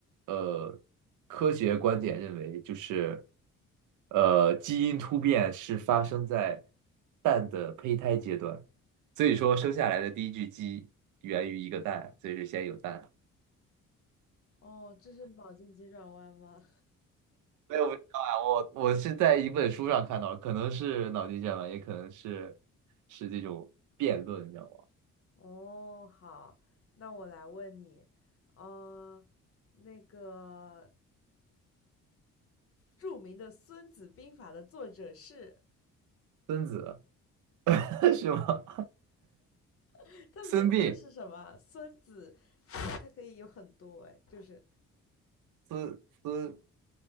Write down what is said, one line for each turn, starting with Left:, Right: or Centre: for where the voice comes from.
Right: 呃科学观点认为，就是呃基因突变是发生在蛋的胚胎阶段，所以说生下来的第一具鸡源于一个蛋，所以是先有蛋。
Left: 哦，这是脑筋急转弯吗？
Right: 没有，我不知道啊，我我是在一本书上看到，可能是脑筋急转弯，也可能是是这种辩论，你知道吗？
Left: <laughs> 哦，好，那我来问你，呃，那个著名的《孙子兵法》的作者是？
Right: 孙子 <laughs> 是吗？
Left: <laughs> 他名字是什么？
Right: <laughs> 孙膑。
Left: 孙子，他可以有很多哎，就是
Right: 孙孙